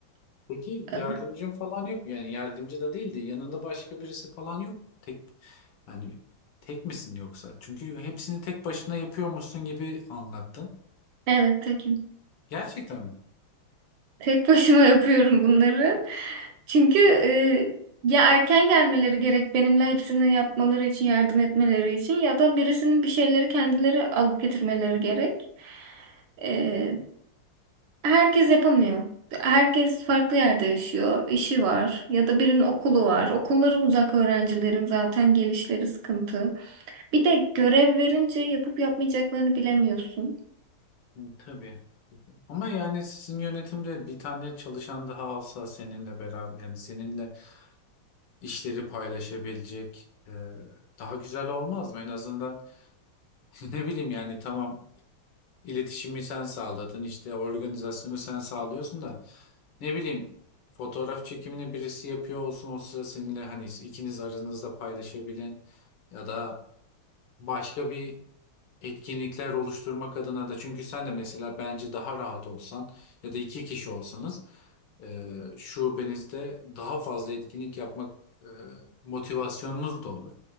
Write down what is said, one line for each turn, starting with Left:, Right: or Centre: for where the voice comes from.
Left: Peki yardımcın
Right: e,
Left: falan yok mu? Yani yardımcı da değildi yanında başka birisi falan yok mu? Tek hani tek misin yoksa? Çünkü hepsini tek başına yapıyormuşsun gibi anlattın.
Right: Evet, tekim.
Left: Gerçekten mi?
Right: Tek başıma yapıyorum bunları. Çünkü e, ya erken gelmeleri gerek benimle hepsini yapmaları için yardım etmeleri için ya da birisinin bir şeyleri kendileri alıp getirmeleri gerek. E, herkes yapamıyor. Herkes farklı yerde yaşıyor, işi var ya da birinin okulu var. Okulları uzak öğrencilerin zaten gelişleri sıkıntı. Bir de görev verince yapıp yapmayacaklarını bilemiyorsun.
Left: Hı, Tabii. Ama yani sizin yönetimde bir tane çalışan daha alsa seninle beraber yani seninle işleri paylaşabilecek e, daha güzel olmaz mı? En azından <laughs> ne bileyim yani tamam İletişimi sen sağladın işte organizasyonu sen sağlıyorsun da ne bileyim fotoğraf çekimini birisi yapıyor olsun o sıra seninle hani ikiniz aranızda paylaşabilen ya da başka bir etkinlikler oluşturmak adına da çünkü sen de mesela bence daha rahat olsan ya da iki kişi olsanız e, şubenizde daha fazla etkinlik yapmak e, motivasyonunuz da olur.